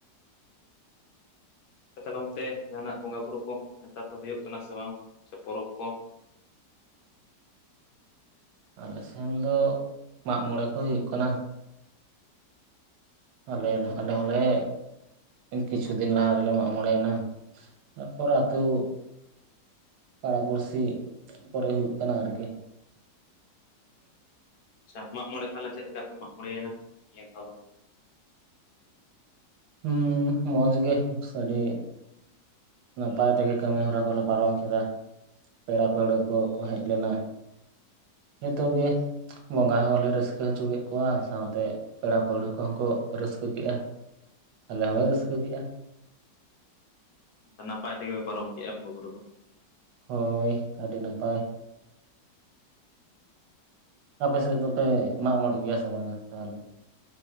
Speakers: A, on the left; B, on the right.
A: ᱟᱯᱮ ᱛᱟᱦᱮᱞᱮ ᱜᱚᱝᱠᱮ ᱡᱟᱦᱱᱟᱜ ᱵᱚᱸᱜᱟ ᱵᱩᱨᱩ ᱠᱚ ᱱᱮᱛᱟᱨ ᱫᱚ ᱦᱩᱭᱩᱜ ᱠᱟᱱᱟ ᱥᱮ ᱵᱟᱝ ᱥᱮ ᱯᱚᱨᱚᱵᱽ ᱠᱚ
B: ᱟᱞᱮ ᱥᱮᱱ ᱫᱚ ᱢᱟᱜᱢᱬᱮ ᱠᱚ ᱦᱩᱭᱩᱜ ᱠᱟᱱᱟ ᱟᱞᱮ ᱟᱞᱮ ᱦᱚᱸᱞᱮ ᱠᱤᱪᱷᱩ ᱫᱤᱱ ᱞᱟᱦᱟ ᱨᱮᱞᱮ ᱢᱟᱜ ᱢᱚᱬᱮᱭᱮᱱᱟ ᱛᱟᱨᱯᱚᱨ ᱟᱹᱛᱩ ᱯᱟᱲᱟ ᱯᱩᱲᱥᱤ ᱠᱚᱨᱮ ᱦᱩᱭᱩᱜ ᱠᱟᱱᱟ ᱟᱨᱠᱤ
A: ᱟᱪᱷᱟ ᱢᱟᱜ ᱢᱚᱬᱮ ᱛᱟᱦᱚᱞᱮ ᱪᱮᱫ ᱞᱮᱠᱟ ᱯᱮ ᱢᱟᱜ ᱢᱚᱬᱮᱱᱟ ᱱᱤᱭᱟᱹ ᱫᱷᱟᱣ ᱫᱚ
B: ᱦᱩᱸ ᱢᱚᱡᱽ ᱜᱮ ᱥᱟᱹᱨᱤ ᱱᱟᱯᱟᱭ ᱛᱮᱜᱮ ᱠᱟᱹᱢᱤ ᱦᱚᱨᱟ ᱠᱚᱞᱮ ᱯᱟᱨᱚᱢ ᱠᱮᱫᱟ ᱯᱮᱲᱟ ᱯᱟᱹᱲᱦᱟᱹ ᱠᱚᱠᱚ ᱦᱮᱡ ᱞᱮᱱᱟ ᱡᱚᱛᱚ ᱜᱮ ᱵᱚᱸᱜᱟ ᱦᱚᱸᱞᱮ ᱨᱟᱹᱥᱠᱟᱹ ᱦᱚᱪᱚ ᱠᱮᱫ ᱠᱚᱣᱟ ᱥᱟᱶᱛᱮ ᱯᱮᱲᱟ ᱯᱟᱹᱲᱦᱟᱹ ᱠᱚᱦᱚᱸ ᱠᱚ ᱨᱟᱹᱥᱠᱟᱹ ᱠᱮᱜᱼᱟ ᱟᱞᱮ ᱦᱚᱸᱞᱮ ᱨᱟᱹᱥᱠᱟᱹ ᱠᱮᱜᱼᱟ
A: ᱱᱟᱯᱟᱭ ᱛᱮ ᱜᱮ ᱯᱮ ᱯᱟᱨᱚᱢ ᱠᱮᱜᱼᱟ ᱵᱚᱸᱜᱟ ᱵᱩᱨᱩ ᱫᱚ
B: ᱦᱳᱭ ᱟᱹᱰᱤ ᱱᱟᱯᱟᱭ ᱟᱯᱮ ᱥᱮᱫ ᱫᱚᱯᱮ ᱢᱟᱜᱢᱚᱲᱮᱜ ᱜᱮᱭᱟ ᱥᱮ ᱵᱟᱝᱟ ᱛᱟᱦᱚᱞᱮ